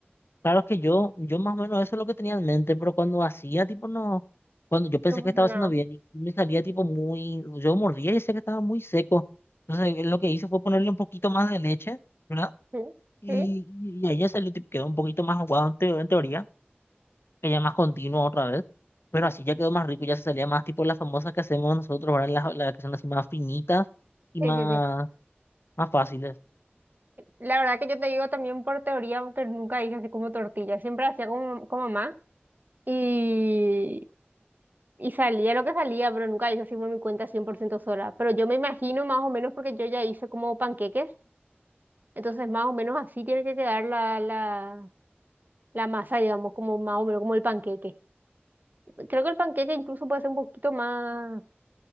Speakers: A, on the left (about 70°); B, on the right (about 45°).
A: Claro que yo, yo más o menos eso es lo que tenía en mente, pero cuando hacía, tipo, no, cuando yo pensé
B: tu funcionario.
A: que estaba haciendo bien y me salía, tipo, muy, yo mordía y sé que estaba muy seco. Entonces, eh, lo que hice fue ponerle un poquito más de leche, ¿verdad?
B: Sí,
A: Y,
B: sí,
A: y y ahí ya salió, tipo, quedó un poquito más aguado en, teo- en teoría, que ya más continuo otra vez, pero así ya quedó más rico, ya se salía más, tipo, las famosas que hacemos nosotros, ¿verdad? Las, las que son así más finitas y
B: sí,
A: más,
B: sí. sí.
A: más fáciles,
B: La verdad que yo te digo también por teoría, porque nunca hice así como tortilla. Siempre hacía como, como mamá y, y salía lo que salía, pero nunca hice así por mi cuenta 100% sola. Pero yo me imagino más o menos porque yo ya hice como panqueques. Entonces más o menos así tiene que quedar la, la, la masa, digamos, como más o menos como el panqueque. Creo que el panqueque incluso puede ser un poquito más,